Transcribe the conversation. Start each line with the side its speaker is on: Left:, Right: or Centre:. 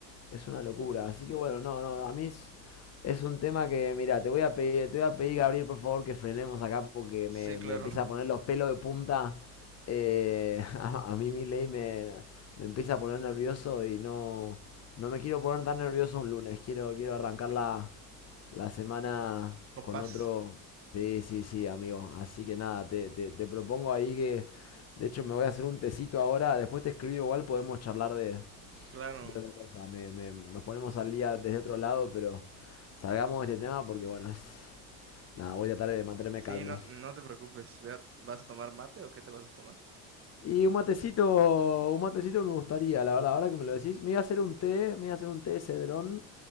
Left: Es una locura. Así que bueno, no, no, a mí es, es un tema que, mira, te voy a pedir, te voy a pedir, Gabriel, por favor, que frenemos acá porque
Right: Sí,
Left: me,
Right: claro,
Left: me empieza a poner los pelos de punta. eh, <laughs> a, a mí Milei me, me empieza a poner nervioso y no, no me quiero poner tan nervioso un lunes. Quiero, quiero arrancarla la semana
Right: con
Left: con
Right: paz,
Left: otro... Sí, sí, sí, amigo. Así que nada, te, te- te propongo ahí que... De hecho, me voy a hacer un tecito ahora. Después te escribo igual, podemos charlar de,
Right: claro.
Left: de otra cosa. Me- me- nos ponemos al día desde otro lado, pero salgamos de este tema porque, bueno, es... Nada, voy a tratar de mantenerme
Right: Sí,
Left: calmo.
Right: no, no te preocupes. Vea, ¿vas a tomar mate o qué te vas a tomar?
Left: Y un matecito, un matecito me gustaría, la verdad, ahora que me lo decís, me iba a hacer un té, me iba a hacer un té de cedrón,